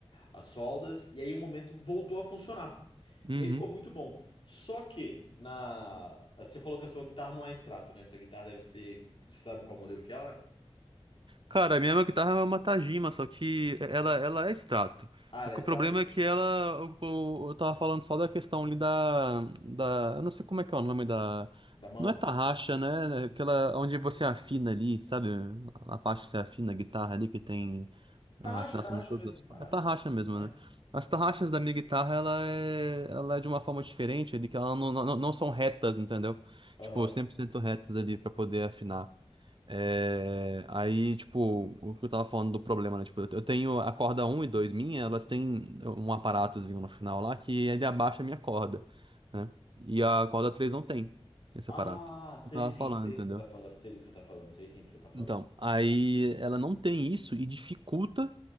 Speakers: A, on the left; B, on the right.
A: as soldas, e aí um momento voltou a funcionar.
B: Uhum.
A: E aí ficou muito bom. Só que na, você falou que a sua guitarra não é extrato, né? Sua guitarra deve ser, você sabe qual modelo que ela é?
B: Cara, a minha guitarra é uma Tajima, só que ela, ela é extrato.
A: Ah, ela
B: O que-
A: é extrato?
B: o problema é que ela. Eu, eu eu tava falando só da questão ali da. da eu não sei como é que é o nome da.
A: Da mão?
B: Não é tarraxa, né? é Aquela onde você afina ali, sabe? A parte que você afina a guitarra ali que tem.
A: Tarraxa,
B: A afinação
A: tarraxa
B: de todos
A: mesmo, tarraxa,
B: os É tarraxa mesmo,
A: né?
B: né? As tarraxas da minha guitarra, ela é, ela é de uma forma diferente, ali, que ela não, não, não são retas, entendeu?
A: Aham.
B: Tipo, 100% retas ali pra poder afinar. É, Aí, tipo, o que eu tava falando do problema, né? Tipo, eu tenho a corda um e 2 minha, elas têm um aparatozinho no final lá que ele abaixa a minha corda, né? E a corda 3 não tem esse
A: Ah,
B: aparato.
A: sei
B: Eu tava
A: sim,
B: falando,
A: sei
B: entendeu?
A: do que você tá falando, sei do que você tá falando, sei sim do que você tá falando.
B: Então, aí ela não tem isso e dificulta